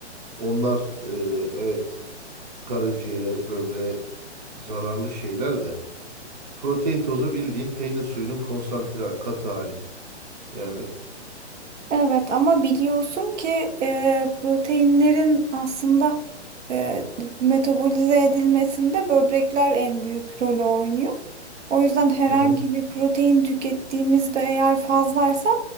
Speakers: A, on the right (about 40°); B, on the right (about 85°).
A: onlar e, evet karaciğere, böbreğe zararlı şeyler de. Protein tozu bildiğin peynir suyunun konsantre katı hali. Yani
B: Evet ama biliyorsun ki e, proteinlerin aslında e, metabolize edilmesinde böbrekler en büyük rolü oynuyor. O yüzden herhangi
A: hı hı.
B: bir protein tükettiğimizde eğer fazlaysa